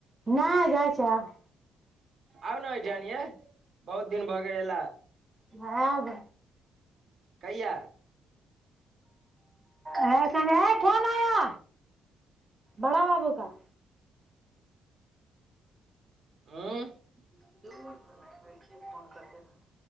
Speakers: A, on the right; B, on the right.
A: नै जाए छै आब।
B: आउ नै एठन यै बहुत दिन भऽ गेल एला।
A: ऐब।
B: कहिया?
A: ऐं एखन ऐ फोन आया बड़ा बाबू का।
B: हूं।
A: <unintelligible>